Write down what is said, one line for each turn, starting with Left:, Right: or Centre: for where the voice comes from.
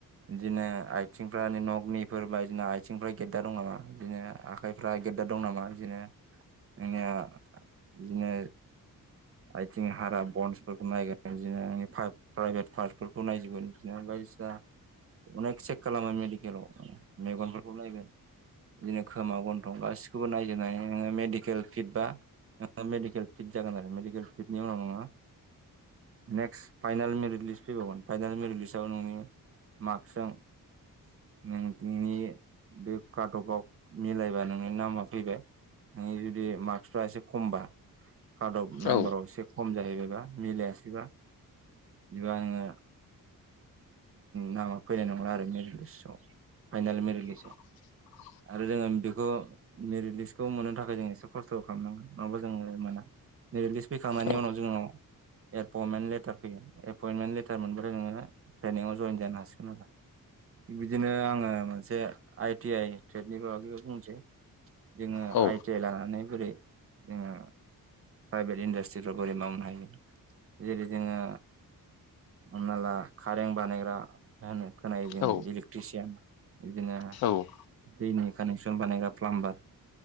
Right: बिदिनो आइथिंफ्रा नगनिफोर बायदिना आ सिंफ्रा गेद्दार दं नामा बिदिनो आखाइफ्रा गेटदा दं नामा बिदिनो नोनिया बिदिनो आइथिं हारा बन्सफोरखौ नायगोन बिदि प्राइभेट पार्कफोरखौ नायजोबगोन बिदिनो बायदि अनेक चेक खालामो मेडिकेलाव मेगनफोरखौ नायगोन बिदिनो खोमा गन्थं गासिखौबो नायजोबनानै नोंङो मेडिकेल फिट बा मेडकेल फिद जागोनार मेडकेल फिदनि उनावनो नेक्स्ट फाइनेल मेरिट लिस्ट फैबावगोन फाइनेल मेरिट लिस्टआव नोंनि माकसजों ओम नोंनि <unintelligible> बे कारटबाव मिलायबा नोंनि नामा फैबाय नों जुदि मार्कसफ्रा एसे खमबा कारडआव नाम्बाराव
Left: औ
Right: एसे खम जाहैबायबा मिलायासैबा बिबा आंङो नामा फैनाय नंला आरो मेरि लिस्टआव फाइनेल मेरि लिस्ट
Left: <inaudible>
Right: आरो जोंङो बेखौ मेरिट लिस्टखौ मोननो थाखाय जों एसे खस्थ' खालामनांगोन नंङाबा जोंङो मोना मेरिद लिस्ट फैखांनायनि
Left: औ
Right: उनाव जोंनाव एपइन्टमेन्ट लेटार फैगोन एपइन्टमेन्ट लेटार मोनबथाय नोंङो ट्रेनिंआव जयेन जानो हासिगोन आरो थिग बिदिनो आंङो मोनसे आइ टि आइ ट्रेड नि बागैबो बुंनोसै जोङो
Left: औ
Right: आइ टि आइ लानानै बोरै जोङो प्राइभेट इन्डास्ट्रिफ्राव बोरै मावनो हायो जेरै जोङो हमना ला कारेन्ट बानायग्रा होनो खोनायो जोङो
Left: औ
Right: इलेक्ट्रिसियान बिदिनो
Left: औ
Right: दैनि कानेक्सन बानायग्रा प्लामबार